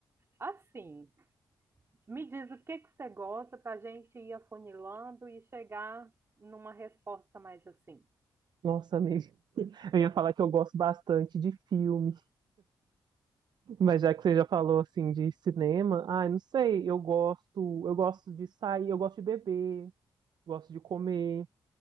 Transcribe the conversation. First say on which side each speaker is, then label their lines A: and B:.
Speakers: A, on the right; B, on the right.
A: Assim, me diz o que que você gosta para a gente ir afunilando e chegar numa resposta mais assim.
B: Nossa, amiga, <laughs> eu ia falar que eu gosto bastante de filme, mas já que você já falou assim de cinema, ai, não sei, eu gosto, eu gosto de sair, eu gosto de beber, gosto de comer.